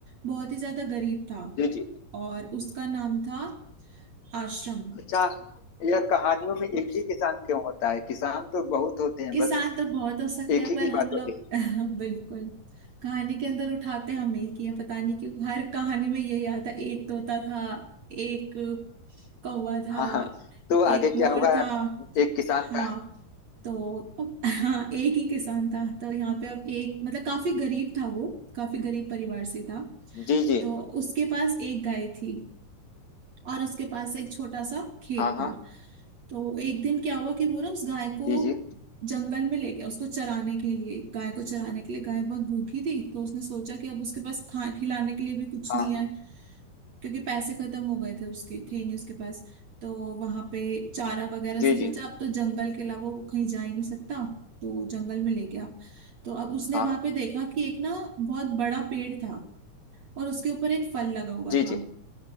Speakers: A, on the right; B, on the left.
A: बहुत ही ज्यादा गरीब था
B: जी जी
A: और उसका नाम था आश्रम
B: अच्छा यह कहानियों में एक ही किसान क्यों होता है किसान तो बहुत होते हैं
A: किसान
B: बस
A: तो बहुत हो सकते
B: एक
A: हैं
B: ही
A: पर
B: की
A: हम
B: बात
A: लोग
B: होती है
A: <laughs> बिल्कुल कहानी के अंदर उठाते हम एक ही है पता नहीं क्यों हर कहानी में यही आता है एक तोता था एक कौवा था
B: हाँ हाँ तो आगे
A: एक
B: क्या
A: मोर
B: हुआ
A: था
B: एक किसान
A: हाँ
B: था
A: तो अब <laughs> हाँ एक ही किसान था तो यहाँ पे अब एक मतलब काफी गरीब था वो काफी गरीब परिवार से था
B: जी जी
A: तो उसके पास एक गाय थी और उसके पास एक छोटा सा खेत
B: हाँ हाँ
A: था तो एक दिन क्या हुआ कि वो ना उस गाय को
B: जी जी
A: जंगल में ले गया उसको चराने के लिए गाय को चराने के लिए गाय बहुत भूखी थी तो उसने सोचा कि अब उसके पास खा खिलाने के लिए भी कुछ
B: हाँ
A: नहीं
B: हाँ
A: है क्योंकि पैसे खत्म हो गए थे उसके थे नहीं उसके पास तो वहां पे चारा वगैरह उसने
B: जी
A: सोचा
B: जी
A: अब तो जंगल के अलावा वो कहीं जा ही नहीं सकता तो जंगल में ले गया तो अब उसने
B: हाँ
A: वहां
B: हाँ,
A: पे देखा कि एक ना बहुत बड़ा पेड़ था और उसके ऊपर एक फल लगा हुआ
B: जी
A: था
B: जी